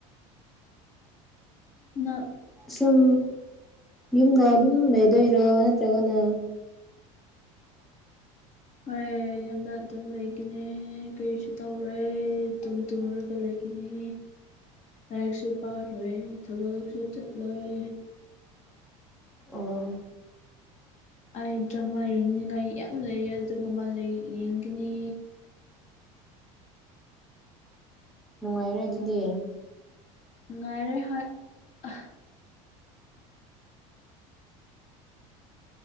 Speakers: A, on the left (about 45°); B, in the centre.
A: ꯅ
B: ꯁꯨꯝ ꯌꯨꯝꯗ ꯑꯗꯨꯝ ꯂꯩꯗꯣꯏꯔꯥ ꯅꯠꯇ꯭ꯔꯒꯅ
A: ꯍꯣꯏ ꯌꯨꯝꯗ ꯑꯗꯨꯝ ꯂꯩꯈꯤꯅꯦ ꯀꯔꯤꯁꯨ ꯇꯧꯔꯦ ꯇꯨꯡ ꯇꯨꯡꯂꯨꯔꯒ ꯂꯩꯒꯦ ꯅꯤ ꯂꯥꯏꯔꯤꯛꯁꯨ ꯄꯥꯔꯣꯏ ꯊꯕꯛꯁꯨ ꯆꯠꯂꯣꯏ
B: ꯑꯣ
A: ꯑꯩ ꯗ꯭ꯔꯃꯥ ꯌꯦꯡꯅꯤꯡꯉꯥꯏ ꯌꯥꯝ ꯂꯩ ꯑꯗꯨꯒꯨꯝꯕ ꯌꯦꯡꯈꯤꯅꯤ
B: ꯅꯨꯡꯉꯥꯏꯔꯦ ꯑꯗꯨꯗꯤ
A: ꯉꯅꯨꯡ ꯉꯥꯏꯔꯦ ꯍꯣꯏ ꯑ